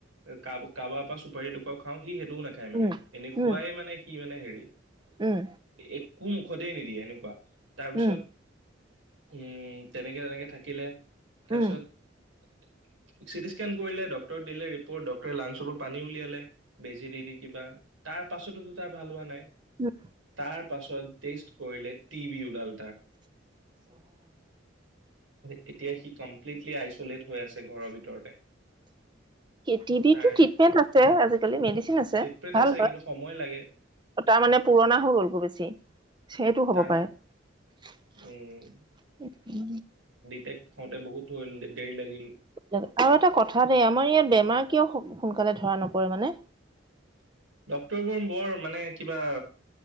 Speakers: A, on the right; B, on the right.
A: এ কাৰ কাৰোবাৰ পৰা চু চুপাৰি এটুকুৰাও খাওঁ সি সেইটোও নাখায় মানে
B: উম,
A: এনেকুৱাইে
B: উম,
A: মানে সি মানে হেৰি
B: উম,
A: একো মুখতে নিদিয়ে এনেকুৱা, তাৰ পিছত,
B: উম,
A: উম। তেনেকৈ, তেনেকৈ থাকিলে। তাৰপিছত।
B: উম,
A: <unintelligible> অপাৰেচন কৰিলে, ডক্টৰ দিলে। ৰিপৰ্ট ডক্টৰে লাঞ্চক। পানী উলিয়ালে। বেজি দি-দি কিবা তাৰ পাছটো। তাৰ ভাল হোৱা নাই।
B: উম,
A: তাৰ পাছত, টেষ্ট। কৰিলে, টিবি ওলাল তেতিয়াই সি কম্প্লিতলি আইছলেত। হৈ আছে ঘৰৰ ভিতৰতে।
B: টিবিটো
A: তাৰ
B: ট্ৰিটমেন্ট আছে আজিকালি, মেডিচিন আছে
A: ট্ৰিটমেণ্ট
B: ভাল
A: আছে
B: হয়।
A: কিন্তু সময় লাগে
B: তাৰমানে পুৰণা হৈ গল গৈ বেছি, সেইটো হব
A: তাৰ
B: পাৰে।
A: উম তে খাওঁতে, বহুত হ'ল দেৰি লাগিল।
B: আৰু এটা কথা। কথা দেই, আমাৰ ইয়াত বেমাৰ কিয় সোনকালে ধৰা নপৰে মানে।
A: ডক্টৰবোৰৰ বৰ মানে কিবা।